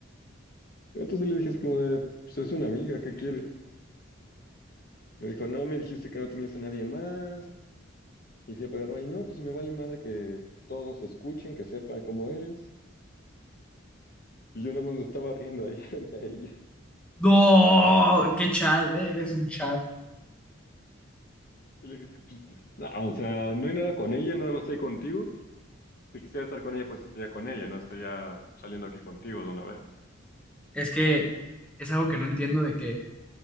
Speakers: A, on the left (about 45°); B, in the centre.
A: Entonces le dije así como de, pues es una amiga, ¿qué quiere? Me dijo, no, me dijiste que no tenías a nadie más. Y se agarró ahí, no, pues me vale madre que todos nos escuchen, que sepan cómo eres. Y yo nada más me estaba riendo ahí <laughs> frente a ella.
B: No, qué chat, eh, eres un chat.
A: Y le dije, no, o sea, no hay nada con ella, nada más estoy contigo. Si quisiera estar con ella, pues estaría con ella, no estaría saliendo aquí contigo de una vez.
B: Es que es algo que no entiendo de que,